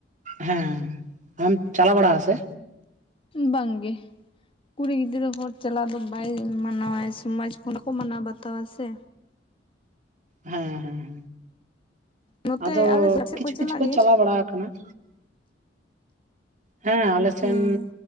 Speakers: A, on the right; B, on the left.
A: ᱦᱮᱸ ᱟᱢᱮᱢ ᱪᱟᱞᱟᱣ ᱵᱟᱲᱟ ᱟᱥᱮ?
B: ᱵᱟᱝ ᱜᱮ᱾ ᱠᱩᱲᱤ ᱜᱤᱫᱽᱨᱟᱹ ᱦᱚᱲ ᱪᱟᱞᱟᱜ ᱫᱚ ᱵᱟᱭ ᱢᱟᱱᱟᱣᱟᱭ ᱥᱚᱢᱟᱡᱽ ᱠᱷᱚᱱ ᱠᱚ ᱢᱟᱱᱟᱣ ᱵᱟᱛᱟᱣᱟ ᱥᱮ᱾
A: ᱦᱮᱸ ᱦᱮᱸ
B: ᱱᱚᱛᱮ
A: ᱟᱫᱚ
B: ᱟᱞᱮ ᱥᱮᱫ ᱥᱮᱫ
A: ᱠᱤᱪᱷᱩ ᱠᱤᱪᱷᱩ
B: ᱪᱟᱞᱟᱜ
A: ᱠᱚ
B: ᱜᱮᱭᱟ
A: ᱪᱟᱞᱟᱣ ᱵᱟᱲᱟ ᱟᱠᱟᱱᱟ ᱾ ᱦᱮᱸ ᱟᱞᱮ ᱥᱮᱱ,
B: ᱦᱮᱸ